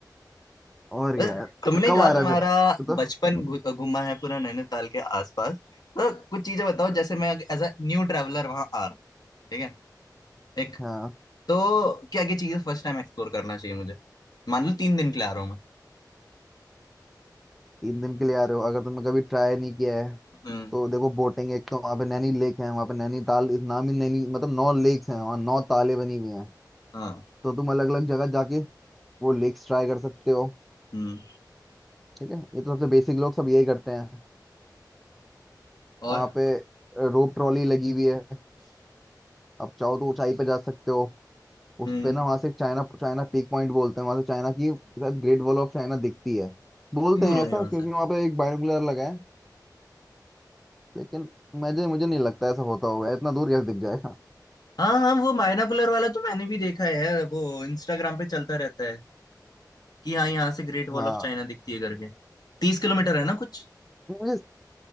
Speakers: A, in the centre; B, on the left (about 65°).
A: और
B: बस
A: क्या यार
B: तुमने
A: कब
B: कहा
A: आ रहा
B: तुम्हारा
A: है फिर तो
B: बचपन घु- घूमा है पूरा नैनीताल के आसपास तो कुछ चीजें बताओ जैसे मैं एज अ न्यू ट्रैवलर वहां आ रहा हूँ एक
A: हाँ
B: तो क्या क्या चीजें फर्स्ट टाइम एक्सप्लोर करना चाहिए मुझे मान लो तीन दिन के लिए आ रहा हूँ मैं
A: तीन दिन के लिए आ रहे हो अगर तुमने कभी ट्राई नहीं किया है
B: हम्म
A: तो देखो बोटिंग एक तो वहाँ पे नैनी लेक है वहाँ पे नैनीताल इस नाम ही नैनी मतलब नौ लेक्स हैं वहाँ नौ ताले बनी हुई हैं
B: हाँ
A: तो तुम अलग अलग जगह जाके वो लेक्स ट्राई कर सकते हो
B: हम्म
A: ठीक है ये तो सबसे बेसिक लोग सब यही करते हैं
B: और
A: वहाँ पे रोप ट्रॉली लगी हुई है अब चाहो तो ऊंचाई पे जा सकते हो
B: हम्म
A: उस पे ना वहाँ से चाइना चाइना पीक पॉइंट बोलते हैं वहाँ से चाइना की शायद ग्रेट वॉल ऑफ चाइना दिखती है बोलते
B: कितनी दूर
A: हैं
B: होंगी
A: ऐसा
B: वहां
A: क्योंकि
B: से
A: वहाँ पे एक बायोनिकुलर लगा है लेकिन मुझे मुझे नहीं लगता ऐसा होता होगा इतना दूर कैसे दिख जाएगा
B: हाँ हाँ वो मायनाकुलर वाला तो मैंने भी देखा है यार वो इंस्टाग्राम पे चलता रहता है कि हाँ यहाँ से ग्रेट वॉल
A: हाँ
B: ऑफ चाइना दिखती है करके तीस किलोमीटर है ना कुछ
A: मुझे